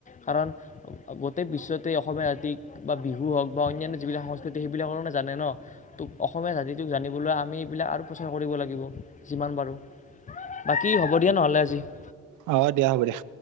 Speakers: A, on the left; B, on the right.
A: কাৰণ গোটেই বিশ্বতেই অসমীয়া জাতিক বা বিহু হওক বা অনান্য যিবিলাক সংস্কৃতি সেইবিলাকো নাজানে ন অসমীয়া জাতিটোক জানিবলৈ আমি এইবিলাক আৰু প্ৰচাৰ কৰিব লাগিব যিমান পাৰোঁ। বাকি হ'ব দিয়া নহ'লে আজি।
B: অ দিয়া হ'ব দিয়া।